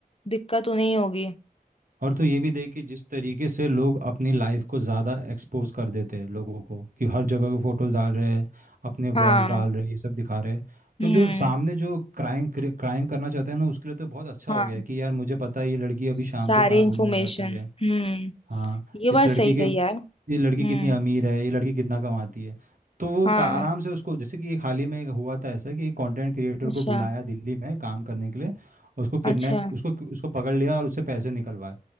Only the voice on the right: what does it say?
और तो ये भी देख कि जिस तरीके से लोग अपनी लाइफ को ज़्यादा एक्सपोज कर देते हैं लोगों को कि हर जगह के फोटोज डाल रहे हैं अपने व्लॉग्स
डाल रहे हैं ये सब दिखा रहे हैं
तो जो सामने जो क्राइम क्राइम करना चाहते हैं ना उसके लिए तो बहुत अच्छा
हो गया है कि यार मुझे पता है ये लड़की अभी
शाम को कहाँ
घूमने जाती है
हाँ
इस
लड़की
के
ये लड़की
कितनी अमीर है ये लड़की कितना कमाती है तो वो
का- आराम से उसको जैसे कि एक हाल ही में हुआ था ऐसा कि एक कंटेंट क्रिएटर
को बुलाया दिल्ली में काम करने के लिए और उसको किडनैप
उसको उसको पकड़ लिया और उससे पैसे निकलवाए